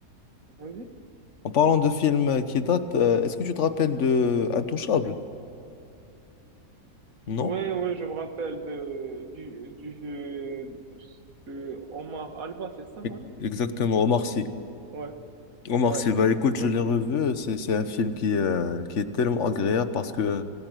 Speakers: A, on the right (about 60°); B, on the left (about 50°).
A: Vas-y.
B: en parlant de films euh, qui datent, euh, est-ce que tu te rappelles de Intouchable? Non?
A: Ouais, ouais, je me rappelle de du du euh, de Omar Alba, c'est ça,
B: E-
A: son nom?
B: Exactement, Omar Sy.
A: Ouais,
B: Omar
A: ouais.
B: Sy, bah écoute, je
A: Je...
B: l'ai revu, c'est c'est un film qui, euh, qui est tellement agréable parce que